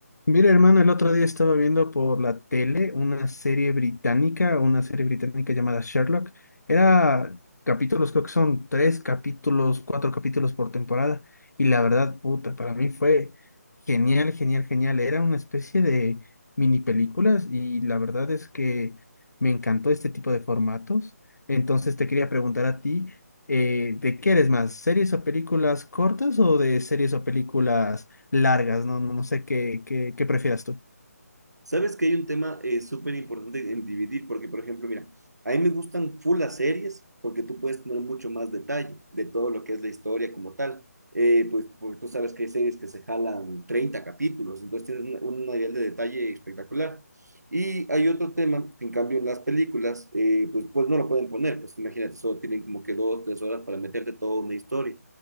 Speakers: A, on the left; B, on the right.
A: Mira, hermano, el otro día estaba viendo por la tele una serie británica, una serie británica llamada Sherlock. Era capítulos, creo que son tres capítulos, cuatro capítulos por temporada. Y la verdad, puta, para mí fue genial, genial, genial. Era una especie de mini películas y la verdad es que me encantó este tipo de formatos. Entonces te quería preguntar a ti, eh, ¿de qué eres más? ¿Series o películas cortas o de series o películas? largas, ¿no? No, no sé qué, qué, qué prefieras tú.
B: Sabes que hay un tema eh, súper importante en dividir, porque, por ejemplo, mira, a mí me gustan full las series porque tú puedes tener mucho más detalle de todo lo que es la historia como tal. Eh, pues, porque tú sabes que hay series que se jalan 30 capítulos, entonces tienes un, un nivel de detalle espectacular. Y hay otro tema que, en cambio, en las películas, eh, pues, pues no lo pueden poner, pues imagínate, solo tienen como que dos, tres horas para meterte toda una historia.